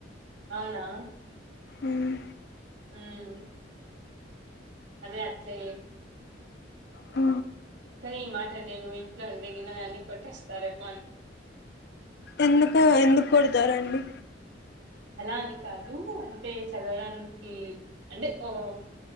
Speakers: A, on the right; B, on the left.
A: అవునా
B: ఉమ్
A: ఉమ్ అదే అట్లే
B: ఆ
A: కానీ ఈ మాట నేను ఇంట్లో అంటే గిన్నలన్ని కొట్టెస్తారేమో
B: ఎందుకు ఎందుకు కొడతారండి
A: అలా అని కాదు అంటే చదవడానికి అంటే వ